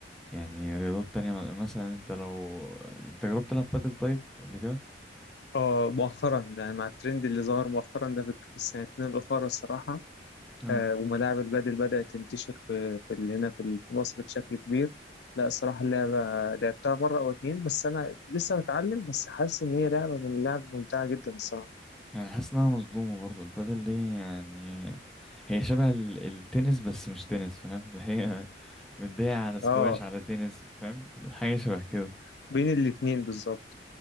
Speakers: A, in the centre; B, on the left.
A: يعني رياضات تانية م- مثلا انت لو انت جربت تلعب بادل طيب قبل كده
B: اه مؤخرا يعني مع الترند اللي ظهر مؤخرا ده في في السنتين الأخرى الصراحة
A: اه
B: آه وملاعب البادل بدأت تنتشر في, في ال- هنا في ال- في مصر بشكل كبير لا الصراحة اللعبة لعبتها مرة أو اتنين بس أنا لسه بتعلم بس حاسس إن هي لعبة من اللعب ممتعة جدا الصراحة
A: يعني حاسس انها مظلومه برضو البادل دي يعني هي شبه ال- التنس بس مش تنس فاهم اللي هي <laughs> مدية على سكواش
B: اه
A: على تنس فاهم حاجه شبه كده
B: بين الاتنين بالظبط